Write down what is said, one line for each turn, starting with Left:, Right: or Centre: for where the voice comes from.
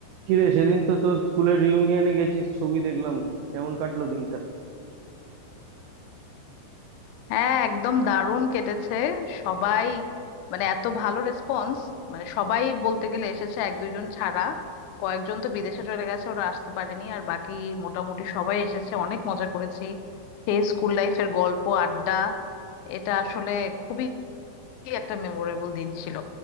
Right: কিরে সেদিন তো তোর স্কুলের রিউনিয়নে গেছিস ছবি দেখলাম কেমন কাটলো দিনটা
Left: হ্যাঁ একদম দারুণ কেটেছে সবাই মানে এত ভালো রেসপন্স মানে সবাই বলতে গেলে এসেছে এক দুজন ছাড়া কয়েকজন তো বিদেশে চলে গেছে ওরা আসতে পারেনি আর বাকি মোটামুটি সবাই এসেছে অনেক মজা করেছি সেই স্কুল লাইফের গল্প আড্ডা এটা আসলে খুবই একটা মেমোরেবল দিন ছিল